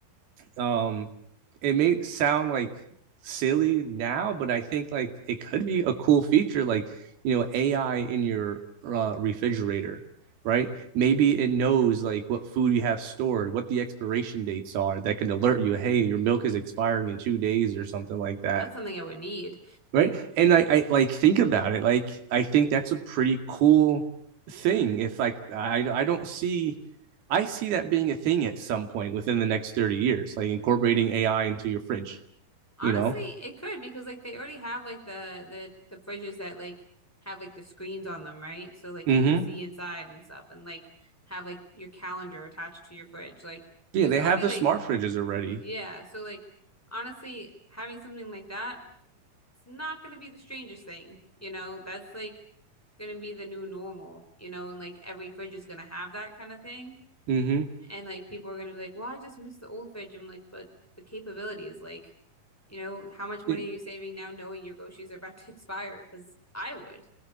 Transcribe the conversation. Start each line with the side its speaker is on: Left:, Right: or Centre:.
Right: um, it may sound like silly now, but I think like it could be a cool feature, like you know, AI in your uh, refrigerator, right? Maybe it knows like what food you have stored, what the expiration dates are that can alert you, hey, your milk is expiring in two days or something like that
Centre: That's something I would need.
Right: right and I, I like think about it like i think that's a pretty cool thing if like i i don't see i see that being a thing at some point within the next 30 years like incorporating ai into your fridge
Centre: <laughs> Honestly,
Right: you know
Centre: it could because like they already have like the the the fridges that like have like the screens on them, right? So like
Right: mm-hmm
Centre: you can see inside and stuff and like have like your calendar attached to your fridge. Like
Right: yeah
Centre: there's
Right: they
Centre: already
Right: have the
Centre: like
Right: smart fridges already
Centre: Yeah, so like honestly, having something like that, it's not going to be the strangest thing, you know? That's like going to be the new normal, you know? And like every fridge is going to have that kind of thing.
Right: mm-hmm
Centre: And like people are going to be like, "Well, I just miss the old fridge." I'm like, "But the capabilities, like, you know, how much money
Right: yeah.
Centre: are you saving now knowing your groceries are about to <laughs> expire?" 'Cause I would.